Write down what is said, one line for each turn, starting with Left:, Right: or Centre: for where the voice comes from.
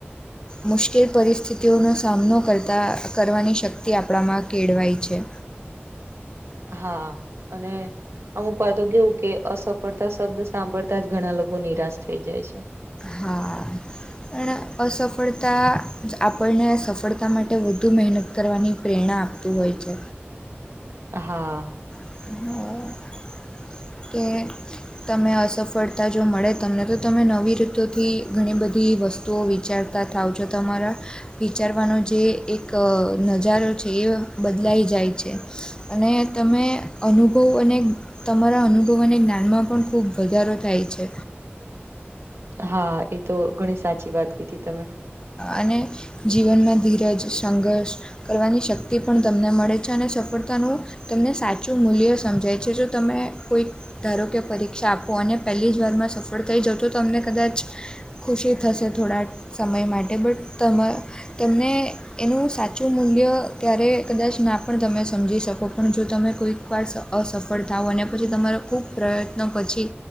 Left: મુશ્કેલ પરિસ્થિતિઓનો સામનો કરતા કરવાની શક્તિ આપડામાં કેડવાય છે.
Right: હા અને અમુક વાર તો કેવું કે અસફળતા શબ્દ સાંભળતા જ ઘણા લોકો નિરાશ થઇ જાય છે.
Left: હા પણ અસફળતા આપણને સફળતા માટે વધુ મહેનત કરવાની પ્રેરણા આ તુ હોય છે.
Right: હા
Left: હા કે તમે અસફળતા જો મળે તમને તો તમે નવી રીતોથી ઘણી બધી વસ્તુઓ વિચાર તા થાવ છો તમારા વિચારવાનો જે એક નજારો છે એ બદલાઈ જાય છે. અને તમે અનુભવ અને રા અનુભવો અને જ્ઞાનમાં પણ ખૂબ વધારો થાય છે.
Right: હા એ તો ઘણી સાચી વાત કીધી તમે
Left: અને જીવનમાં ધીરજ, સંઘર્ષ કરવાની શક્તિ પણ તમને મળે છે અને સફળતાનું તમને સાચું મૂલ્ય સમજાય છે જો તમે કોઈ ધારો કે પરીક્ષા આપો અને પહેલી જ વારમાં સફળ થઈ જાઓ તો તમને કદાચ ખુશી થશે થોડા સમય માટે બટ તમ તમને એનું સાચું મૂલ્ય ત્યારે કદાચ ના પણ તમે સમજી શકો પણ જો તમે કોઈ વાર અસફળ થાવ અને પછી તમારો ખૂબ પ્રયત્નો પછી